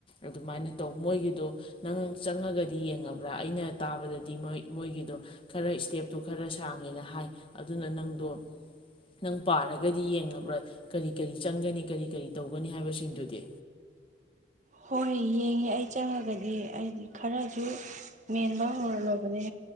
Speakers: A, on the left; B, on the right.
A: ꯑꯗꯨꯃꯥꯏꯅ ꯇꯧ ꯃꯣꯏꯒꯤꯗꯣ ꯅꯪ ꯆꯪꯉꯒꯗꯤ ꯌꯦꯡꯉꯕ꯭ꯔꯥ ꯑꯩꯅ ꯇꯥꯕꯗꯗꯤ ꯃꯣꯏꯒꯤꯗꯣ ꯈꯔ ꯏꯁꯇꯦꯞꯇꯨ ꯈꯔ ꯁꯥꯡꯉꯦꯅ ꯍꯥꯏ ꯑꯗꯨꯅ ꯅꯪꯗꯣ ꯅꯪ ꯄꯥꯔꯒ ꯗꯤ ꯌꯦꯡꯉꯕ꯭ꯔꯥ ꯀꯔꯤ ꯀꯔꯤ ꯆꯪꯒꯅꯤ ꯀꯔꯤ ꯀꯔꯤ ꯇꯧꯒꯅꯤ ꯍꯥꯏꯕꯁꯤꯡꯗꯨꯗꯤ
B: ꯍꯣꯏ ꯌꯦꯡꯉꯦ ꯑꯩ ꯆꯪꯉꯒꯗꯤ ꯑꯩꯗꯤ ꯈꯔꯁꯨ ꯃꯦꯟꯕ ꯍꯧꯔꯝꯃꯕꯅꯦ